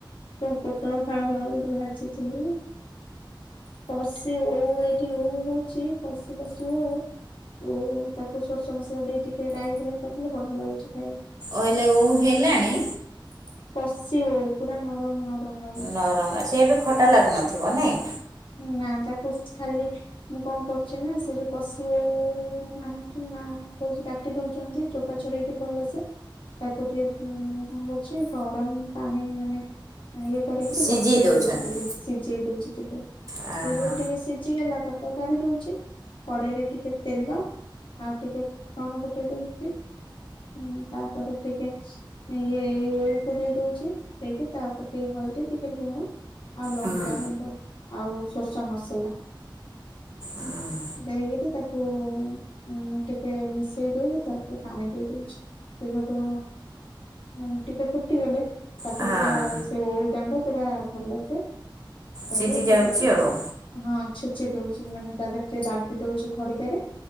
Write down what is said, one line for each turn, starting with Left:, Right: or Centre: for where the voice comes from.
Left: ହଁ ପୋଟଳ ଫାଳ ଫଳ ଟିକେ ଭାଜିଥିଲି କଶି ଓଉ ଏଇଠି ଓଉ ହଉଚି କଷି କଷି ଓଉ ଓଉ ତାକୁ ସୋରିଷ ମସଲା ଦେଇ ଟିକେ ରାଇ ଭଳି କରିଦେଲେ ବଢିଆ ଲାଗୁଛି ଖାଇବାକୁ।
Right: ଅଇଲେ ଓଉ ହେଲାଣି।
Left: କଶି ଓଉ ପୁରା ନରମ ନରମ ଲାଗ
Right: ନରମ ସେ ଏବେ ଖଟା ଲାଗୁନଥିବ ନାଇଁ।
Left: ନା ତାକୁ ଖାଲି ମୁଁ କଣ କରୁଛି ନା ସେ ଯୋଉ କଷି ଓଉ ଆଣିଛି ନାଇଁ କ କାଟି ଦଉଛନ୍ତି ଚୋପା ଛଡେଇକି ଭଲ ସେ ତାକୁ ଟିକେ କଣ କରୁଛି ଗରମ ପାଣି ମାନେ ଇଏ କରିକି
Right: ସିଝେଇ
Left: ବସେଇ
Right: ଦେଉଛନ୍ତି
Left: ଦଉଛି ଟିକେ ସିଝେଇ ଦଉଛି ଟିକେ
Right: ହଁ
Left: ସେ ଯୋଉ ଟିକେ ସିଝି ଗଲା ପରେ ତାକୁ କାଢି ଦଉଛି କଡେଇ ରେ ଟିକେ ତେଲ ଆଉ ଟିକେ ଫୁଟଣ ଫୁଟେଇ ଦଉଛି ଉଁ ତାପରେ ଟିକେ ଇଏ ଓଉ କୁ ଦେଇ ଦଉଛି ଦେଇକି ତାପ ଟିକେ ହଳଦୀ ଟିକେ ଲୁଣ ଆଉ ଲଙ୍କାଗୁଣ୍ଡ
Right: ହଁ
Left: ଆଉ ସୋରିଷ ମସଲା
Right: ହୁଁ।
Left: ଦେଇକିରି ତାକୁ ଉଁ ଟିକେ ମିଶେଇ ଦେଇକି ତାପରେ ପାଣି ଦେଇ ଦଉଚି। ସେ ଯୋଉଠୁ ମାନେ ଟିକେ ଫୁଟିଗଲେ ତାକୁ
Right: ହଁ
Left: ପୁରା ସେ ଓଉ ଯାକ ପୁରା ଭଲ ସେ ତାକୁ
Right: ସିଝି
Left: ଇଏ
Right: ଯାଉଛି
Left: କରିଦଉଚି।
Right: ଆଉ
Left: ହଁ ଛେଚି ଦଉଛି ମାନେ ତା ଦେହରେ ଟିକେ ଦାବି ଦଉଛି ଖଡିକା ରେ